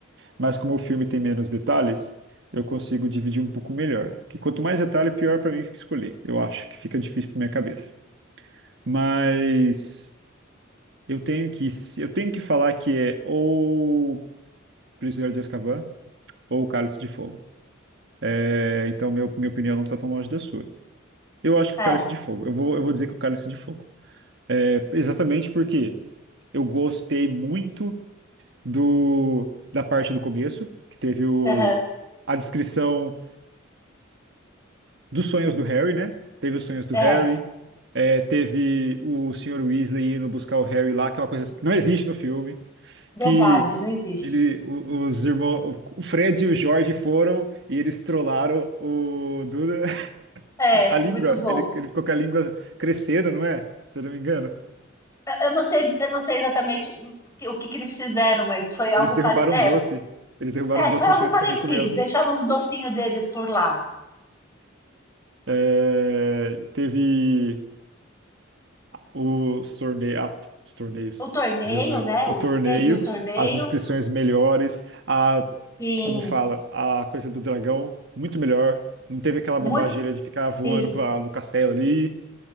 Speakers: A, on the right; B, on the left.
A: mas como o filme tem menos detalhes, eu consigo dividir um pouco melhor. Que quanto mais detalhe, pior para mim fica escolher. Eu acho que fica difícil para minha cabeça. Mas eu tenho que, eu tenho que falar que é ou Prisioneiro de Azkaban ou o Cálice de Fogo. É, então, minha, minha opinião não está tão longe da sua. Eu acho que
B: É.
A: o Cálice de Fogo. Eu vou, eu vou dizer que o Cálice de Fogo. É, exatamente porque eu gostei muito do, da parte do começo, que teve o,
B: aham,
A: a descrição dos sonhos do Harry, né? Teve os sonhos do
B: é.
A: Harry, é, teve o Sr. Weasley indo buscar o Harry lá, que é uma coisa que não existe no filme,
B: Verdade,
A: que
B: não existe.
A: ele, o- os irmãos, o o Fred e o Jorge foram e eles trollaram o Duda
B: É,
A: A língua,
B: muito bom.
A: ele, ele ficou com a língua crescendo, não é? Se eu não me engano.
B: Eu, eu não sei, eu não sei exatamente o que, o que que eles fizeram, mas foi algo
A: Eles derrubaram
B: pare... é,
A: um doce. Eles derrubaram
B: é,
A: um
B: foi
A: doce
B: algo
A: no chão
B: parecido.
A: e ele pegou e comeu.
B: Deixaram os docinhos deles por lá.
A: É, teve os torneios. Ah, os torneios.
B: o torneio,
A: Jesus.
B: né?
A: O
B: O,
A: torneio,
B: teve o torneio.
A: as descrições melhores, a,
B: Sim,
A: como fala, a coisa do dragão, muito melhor. Não teve aquela
B: muito.
A: bobageira de ficar voando
B: Sim,
A: pra, no castelo ali.